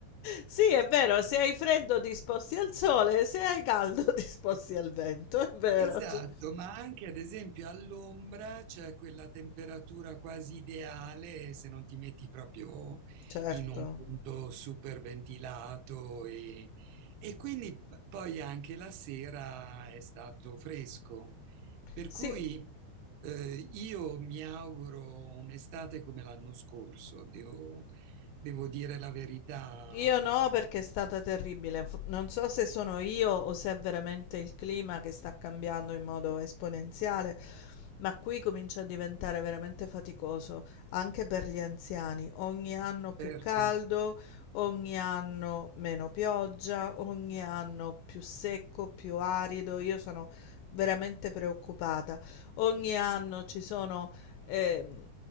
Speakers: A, on the left; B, on the right.
A: Sì, è vero, se hai freddo ti sposti al sole, se hai caldo <laughs> ti sposti al vento, è vero,
B: Esatto,
A: cioè
B: ma anche ad esempio all'ombra c'è quella temperatura quasi ideale se non ti metti proprio
A: Certo.
B: in un punto super ventilato e, e quindi p- poi anche la sera è stato fresco. Per
A: Sì.
B: cui eh, io mi auguro un'estate come l'anno scorso, devo, devo dire la verità,
A: Io no, perché è stata terribile. F- Non so se sono io o se è veramente il clima che sta cambiando in modo esponenziale, ma qui comincia a diventare veramente faticoso anche per gli anziani. Ogni anno più
B: certo.
A: caldo, ogni anno meno pioggia, ogni anno più secco, più arido. Io sono veramente preoccupata. Ogni anno ci sono ehm,